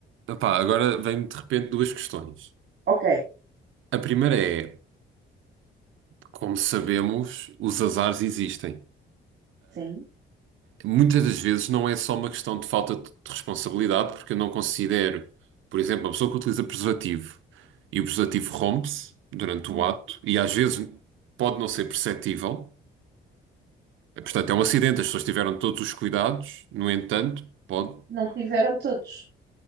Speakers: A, on the right (about 80°); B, on the right (about 60°).
A: Opá, agora vem-me de repente duas questões.
B: Ok,
A: A primeira é: como sabemos, os azares existem.
B: sim.
A: Muitas das vezes não é só uma questão de falta de de responsabilidade, porque eu não considero, por exemplo, uma pessoa que utiliza preservativo e o preservativo rompe-se durante
B: Uhum.
A: o ato e às vezes pode não ser perceptível. Eh, Portanto, é um acidente, as pessoas tiveram todos os cuidados, no entanto, pode.
B: Não tiveram todos.